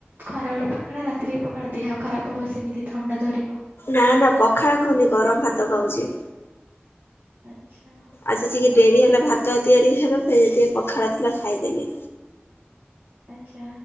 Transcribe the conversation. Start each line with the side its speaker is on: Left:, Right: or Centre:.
Right: ଖରା ବେଳେ ପଖାଳ ରାତିରେ ବି ପଖାଳ ଦେହ ଖରାପ ହବ। ସେମିତି ଥଣ୍ଡା ଧରିବ।
Left: ନା ନା ପଖାଳ ଖାଉନି ଗରମ ଭାତ ଖାଉଛି।
Right: ଆଚ୍ଛା।
Left: ଆଜି ଟିକେ ଡେରି ହେଲା ଭାତ ତିଆରି ହେବ ପାଇଁ ଯେ ପଖାଳ ଥିଲା ଖାଇଦେଲି।
Right: ଆଚ୍ଛା